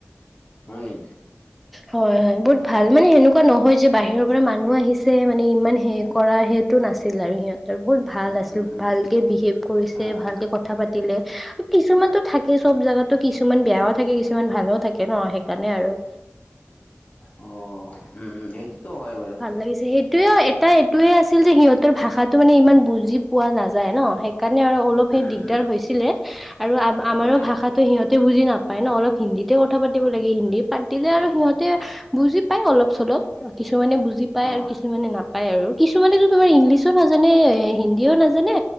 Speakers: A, on the left; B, in the centre.
A: হয় নেকি?
B: হয় হয়। বহুত
A: অ',
B: ভাল মানে সেনেকুৱা নহয় মে, বাহিৰৰ পৰা মানুহ আহিছে, মানে ইমান হেৰি কৰা সে টো নাছিল আৰু সিহঁতৰ বহুত ভাল আছিল।
A: উম, উম,
B: ভালকৈ বিহেভ কৰিছে
A: আ-
B: ভালকৈ
A: আ
B: কথা পাতিলে, কিছুমানতো থাকে চব জেগাতো কিছুমান বেয়াও থাকে, কিছুমান ভালও থাকে ন সেইকাৰণে আৰু
A: উম, উম, উম, সেইটোতো ভয়।
B: ভাল লাগিছে, সেইটোয়ে এটা এইটোয়ে আছিল যে সিহঁতৰ ভাষাত তো, মানে ইমান বুজি পোৱা নাযায় ন, সেইকাৰণে আৰু অলপ সেই
A: উম,
B: দিগদাৰ
A: উম,
B: হৈছিল। আৰু আ, আমাৰো
A: হয়
B: ভাষাটো সিহঁত বুজি নাপায় ন, অলপ হিন্দীতে কথা পাতিব লাগে, হিন্দী পাতিলে আৰু সিহঁতে বুজি পাই অলপ-চলপ কিছুমানে বুজি পায়
A: অ',
B: আৰু কিছুমানে নাপায় আৰু কিছুমানেতো তোমাৰ ইংলিছত নাযা যানে এ, হিন্দীও নাজানে।